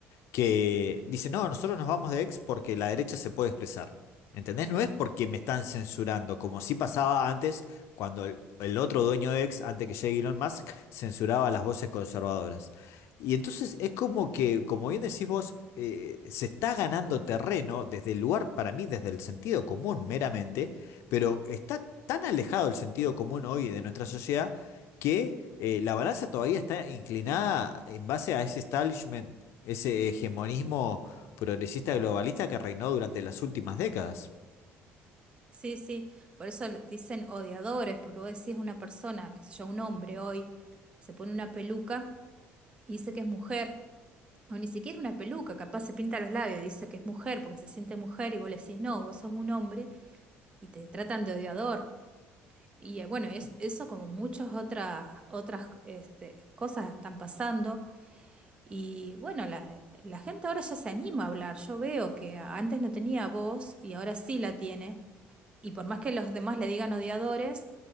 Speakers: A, on the left; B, on the right.
A: que dice, no, nosotros nos vamos de ex porque la derecha se puede expresar. ¿Entendés? No es porque me están censurando, como sí pasaba antes cuando el, el otro dueño de ex, antes que llegue Elon Musk, censuraba las voces conservadoras. Y entonces es como que, como bien decís vos, eh, se está ganando terreno desde el lugar, para mí, desde el sentido común meramente, pero está tan alejado el sentido común hoy de nuestra sociedad que eh, la balanza todavía está inclinada en base a ese establishment ese hegemonismo progresista globalista que reinó durante las últimas décadas.
B: Sí, sí, por eso le- dicen odiadores, porque vos decís una persona, qué sé yo, un hombre hoy, se pone una peluca y dice que es mujer, o ni siquiera una peluca, capaz se pinta los labios y dice que es mujer porque se siente mujer y vos le decís, no, vos sos un hombre y te tratan de odiador. Y eh, bueno, es, eso como muchas otras, otras este, cosas están pasando. Y bueno, la, la gente ahora ya se anima a hablar. Yo veo que antes no tenía voz y ahora sí la tiene y por más que los demás le digan odiadores,